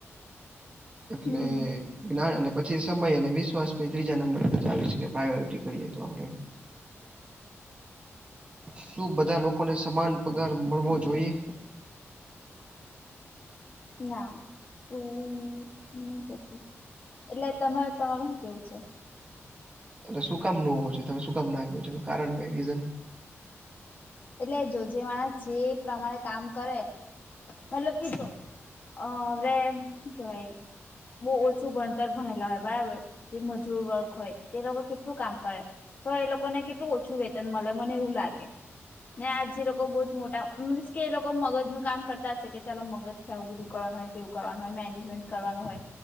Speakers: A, on the right (about 25°); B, on the left (about 35°).
A: એટલે.
B: હમ
A: જ્ઞાન અને પછી સમય અને વિશ્વાસ ત્રીજા નંબર પરાવ શકે. પ્રાયોરિટી કરીએ તો આપણે. શું બધા લોકોને સમાન પગાર મળવો જોઈએ?
B: <unintelligible> એટલે, તમારે તમાર શું કેવું છે?
A: લે શું કામ ન હોવો જો? તમે શું કામ ના ક છ, એનું કારણ કઈ રીઝન?
B: એટલે, જો જે માણસ જે પ્રમાણે કામ કરે. મતલબ કીધું અ હવે કેવાય. બહુ ઓછું ભણતર ભણેલા હોય બરાબર, જે મજૂર વર્ગ હોય, તે લોકો કેટલું કામ કરે. તો એ લોકોને કેટલું ઓછું વેતન મળે, મને એવું લાગે. ને આજે લોકો બહુજ મોટા મુસ કે એ લોકો મગજ નું કામ કરતા હશે. કે ચાલો મગજ. આવું બધું કરવાનું હોય તેવું કરવાનું હોય મેનેજમેન્ટ કરવાનું હોય.